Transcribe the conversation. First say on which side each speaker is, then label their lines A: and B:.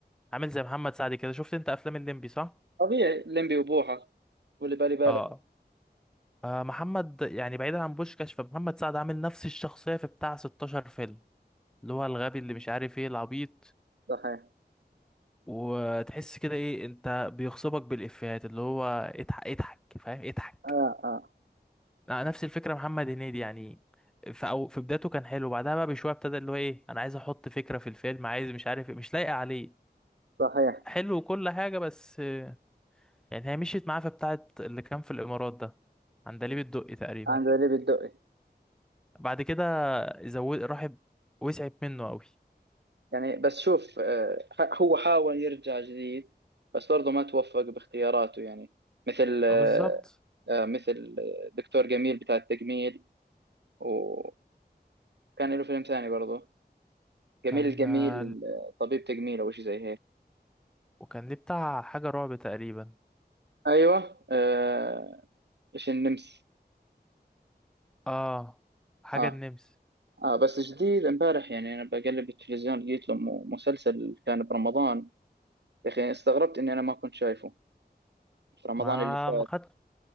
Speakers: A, in the centre; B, on the right.
A: عامل زي محمد سعد كده شفت أنت أفلام الليمبي صح؟
B: طبيعي ليمبي وبوحة واللي بالي بالك
A: آه. آه محمد يعني بعيدا عن بوشكاش فمحمد سعد عامل نفس الشخصية في بتاع 16 فيلم اللي هو الغبي اللي مش عارف إيه العبيط
B: صحيح
A: وتحس كده إيه أنت بيغصبك بالإفيهات اللي هو اضحك اضحك فاهم اضحك
B: آه آه
A: نفس الفكره محمد هنيدي يعني في أو في بدايته كان حلو بعدها بقى بشويه ابتدى اللي هو ايه انا عايز احط فكره في الفيلم عايز مش عارف إيه، مش لايقه عليه
B: صحيح
A: حلو وكل حاجه بس آه، يعني هي مشيت معاه في بتاعه اللي كان في الامارات ده عندليب الدقي تقريبا
B: عند ليبي الدقي
A: بعد كده زود راح وسعت منه قوي
B: يعني بس شوف آه ح- هو حاول يرجع جديد بس برضه ما توفق باختياراته يعني مثل آه
A: اه بالظبط
B: آه مثل دكتور جميل بتاع التجميل وكان له فيلم ثاني برضه جميل
A: كان
B: الجميل
A: آه،
B: آه، طبيب تجميل أو شيء زي هيك
A: وكان ليه بتاع حاجة رعب تقريبا
B: ايوه آه ايش النمس
A: اه حاجة
B: اه
A: النمس
B: اه بس جديد امبارح يعني انا بقلب التلفزيون لقيت له م- مسلسل كان برمضان يا اخي استغربت اني انا ما كنت شايفه في رمضان
A: ما
B: اللي فات
A: ما خدش